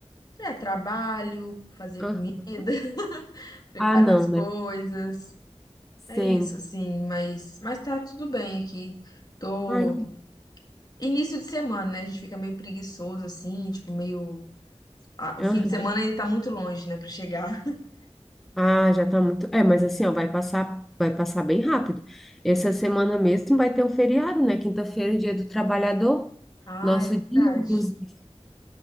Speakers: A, on the left; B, in the centre.
A: é, trabalho, fazer
B: Ah,
A: comida, <laughs> preparar
B: ah, não,
A: as
B: né?
A: coisas.
B: Sempre.
A: É isso, assim, mas, mas tá tudo bem aqui. Tô.
B: Ai,
A: Início de semana, né? A gente fica meio preguiçoso, assim, tipo, meio. Ah, o
B: aham.
A: fim de semana ainda tá muito longe, né, pra chegar. <laughs>
B: Ah, já tá muito. É, mas assim, ó, vai passar, vai passar bem rápido. Essa semana mesmo vai ter um feriado, né? Quinta-feira, é dia do trabalhador.
A: Ah,
B: Nosso
A: é verdade.
B: dia, inclusive.